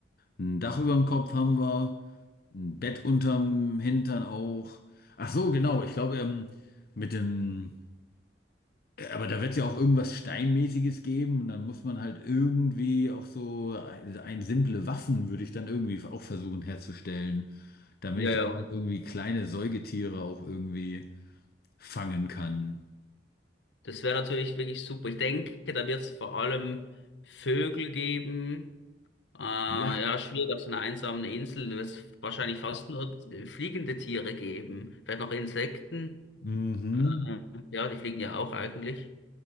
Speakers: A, on the left; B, on the left.
A: Ein Dach über dem Kopf haben wir, ein Bett unterm Hintern auch. Ach so, genau, ich glaube, ähm, mit dem, aber da wird ja auch irgendwas Steinmäßiges geben und dann muss man halt irgendwie auch so ein, ein simple Waffen würde ich dann irgendwie auch versuchen herzustellen, damit
B: Ja,
A: ich
B: ja.
A: da halt irgendwie kleine Säugetiere auch irgendwie fangen kann.
B: Das wäre natürlich wirklich super. Ich denke, da wird es vor allem Vögel geben. Äh, ja,
A: Ja,
B: schwierig auf so einer einsamen Insel. Da wird es wahrscheinlich fast nur äh, fliegende Tiere geben. Vielleicht noch Insekten.
A: Mhm.
B: Äh, ja, die fliegen ja auch eigentlich.